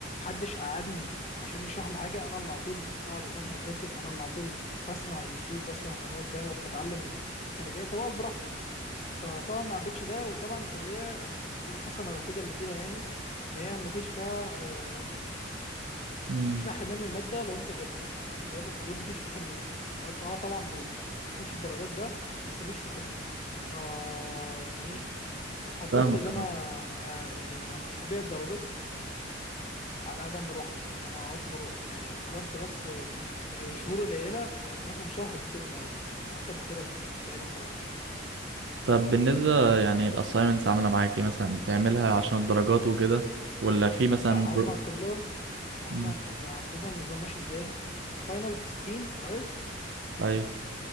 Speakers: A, on the left; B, on the right.
A: حدش قعدني عشان يشرح لي حاجه انا اللي على طول بقعد عشان اذاكر انا اللي على طول بسمع يوتيوب بسمع قنوات فاهم وبتعلم من صوت خارجيه فبقعد براحتي فطبعا ما عبيتش ده وطبعا الكليه يعني دي الحسنه الوحيده اللي فيها يعني ان هي ما فيش فيها آه،
B: أمم،
A: مفيش فيها حرمان من الماده لو انت غبت الغياب والحضور ما فيش فيه حرمان انت اه طبعا بت- ما بتاخدش الدرجات ده بس ما فيش فيه حرمان آه يعني ايه فضلت
B: فاهمك
A: ان انا
B: اه
A: آه آه، يعني ابيع الدرجات على عدم مروحتي ما اقعدش بروح يعني حضرت بس آه، آه، شهور قليله يعني مثلا شهر من الترم الاول اكتر من كده بتهيألي ما حضرتش
B: طب بالنسبة يعني الأسايمنتس عاملة معاك ايه مثلا بتعملها عشان الدرجات وكده ولا في مثلا
A: لا
B: بر...
A: هم كلهم هما
B: أمم،
A: اللي عندنا النظام ماشي ازاي الفاينل ب 60 كويس
B: ايوه